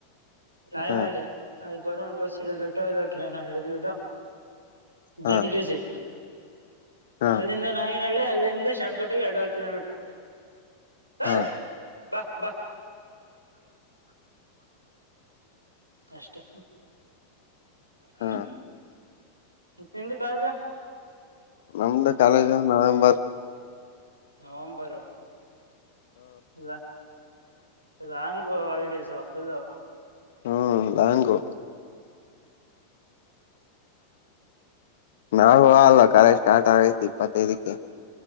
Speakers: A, on the right; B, on the left.
A: ರಾಯನಹಳ್ಳಿ.
B: ಹಾ
A: ಅಲ್ ಗೌರ್ಮೆಂಟ್ ಬಸ್ ಇಳಿದ್ ಬಿಟ್ಟು ಇಲ್ಲ ಟ್ರೈನ್ ಇಳಿದ್ ಬಿಟ್ಟು
B: ಹಾ
A: ಬಿ ಎಂ ಟಿ ಸಿ
B: ಹಾ
A: ಅಲ್ಲಿಂದ ನಾಗೆನಳ್ಳಿ ಅಲ್ಲಿಂದ ಶಾರ್ಟ್ಕಟ್ಗೆ ಎರಡುವರ್ ಕಿಲೋಮೀಟರು. ಹಯ್
B: ಹಾ
A: ಬ ಬ ಅಷ್ಟೇ <unintelligible>
B: ಹಾ
A: ತಿಿಂದ ಕಾಳಜ <unintelligible>
B: ನಮ್ದ ಕಾಲೇಜ್ ನವೆಂಬರ್
A: ನವೆಂಬರ್ ಅಲ್ಲ ಲಾಂಗ್ ಹಾಲಿಡೇಸ್ ಫುಲ್ಲ.
B: ಹ್ಮ್ ಲಾಂಗು ನಾ ಹೊಲ್ಲಾ ಕಾಲೇಜ್ ಸ್ಟಾರ್ಟ್ ಆಗೖತಿ ಇಪ್ಪತ್ತೖದಿಕ್ಕೆ.